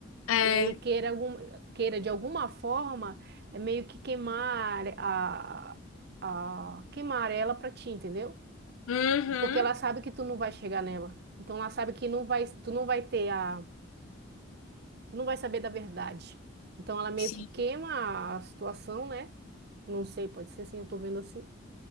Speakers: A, on the left (about 80°); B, on the right (about 50°).
A: É.
B: E aí queira, algum, queira de alguma forma é meio que queimar a, a queimar ela pra ti, entendeu?
A: Uhum.
B: Porque ela sabe que tu não vai chegar nela. Então ela sabe que não vai, tu não vai ter a tu não vai saber da verdade. Então ela meio
A: Sim.
B: que queima a situação, né? Não sei, pode ser assim, eu tô vendo assim.